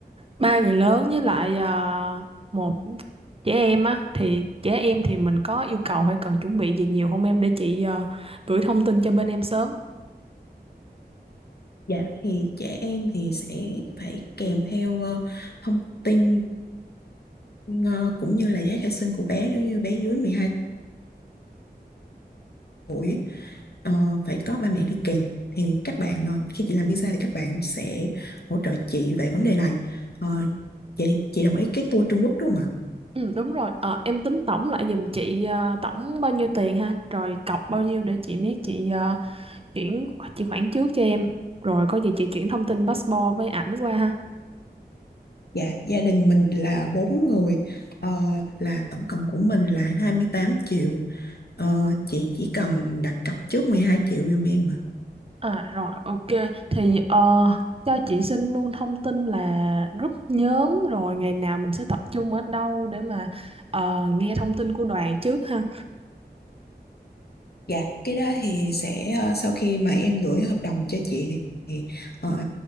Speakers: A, on the right; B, on the left.
A: ba người lớn với lại ờ, một trẻ em á thì trẻ em thì mình có yêu cầu hay cần chuẩn bị gì nhiều không em để chị ờ, gửi thông tin cho bên em sớm.
B: Dạ thì trẻ em thì sẽ phải kèm theo ờ, thông tin ờ, cũng như là giấy khai sinh của bé nếu như bé dưới 12 tuổi ấy, ờ, phải có ba mẹ đi kèm. Thì các bạn ờ, khi chị làm visa thì các bạn sẽ hỗ trợ chị về vấn đề này. Ờ, vậy thì chị đồng ý cái tour Trung Quốc đúng không ạ?
A: Ừ đúng rồi, Ờ, em tính tổng lại giùm chị ờ, tổng bao nhiêu tiền ha, rồi cọc bao nhiêu để chị biết chị ờ, chuyển chị khoản trước cho em rồi có gì chị chuyển thông tin passport với ảnh qua ha
B: Dạ, gia đình mình là bốn người, ờ, là tổng cộng của mình là 28 triệu. Ờ, chị chỉ cần đặt cọc trước 12 triệu giùm em ạ.
A: À rồi ok thì ờ, cho chị xin luôn thông tin là group nhóm rồi ngày nào mình sẽ tập trung ở đâu để mà ờ, nghe thông tin của đoàn trước ha.
B: Dạ, cái đó thì sẽ ờ, sau khi mà em gửi hợp đồng cho chị thì, thì ờ,